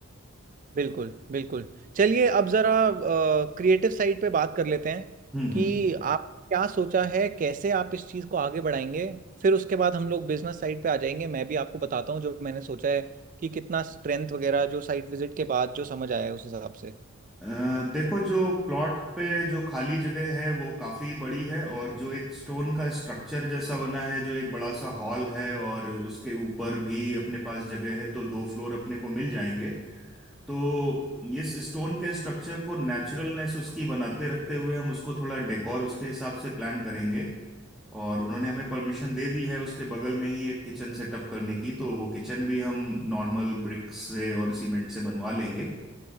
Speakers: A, on the right; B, in the centre.
A: बिल्कुल बिल्कुल चलिए अब जरा क्रिएटिव साइड पे बात कर लेते हैं
B: हम्म
A: कि
B: हम्म।
A: आप क्या सोचा है कैसे आप इस चीज़ को आगे बढ़ाएंगे फिर उसके बाद हम लोग बिजनेस साइड पे आ जाएंगे मैं भी आपको बताता हूँ जो मैंने सोचा है कि कितना स्ट्रेंथ वगैरह जो साइट विजिट के बाद जो समझ आया है उस हिसाब से
B: अ, देखो जो प्लॉट पे जो खाली जगह है वो काफी बड़ी है और जो एक स्टोन का स्ट्रक्चर जैसा बना है जो एक बड़ा सा हॉल है और उसके ऊपर भी अपने पास जगह है तो दो फ्लोर अपने को मिल जाएंगे तो इस स्टोन के स्ट्रक्चर को नेचुरलनेस उसकी बनाते रखते हुए हम उसको थोड़ा डेकोर उसके हिसाब से प्लान करेंगे और उन्होंने हमें परमिशन दे दी है उसके बगल में ही एक किचन सेटअप करने की तो वो किचन भी हम नॉर्मल ब्रिक्स से और सीमेंट से बनवा लेंगे